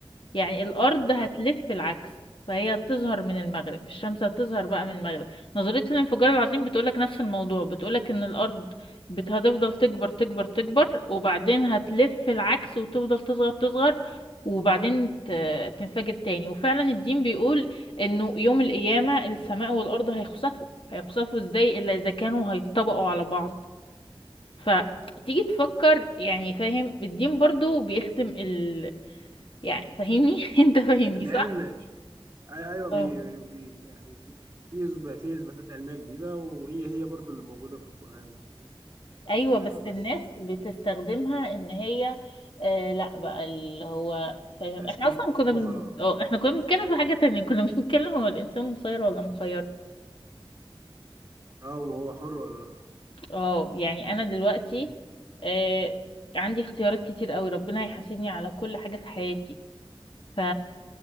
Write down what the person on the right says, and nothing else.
لا
العلم أي- ايوه بي
بي يعني في في إثبات- في اثباتات علميه جديده وهي هي برضو اللي موجوده في القران ما انا فاهم
آه بس
يعني
تشكيك
وخلاص
اه وهو حر ولا لا
مم.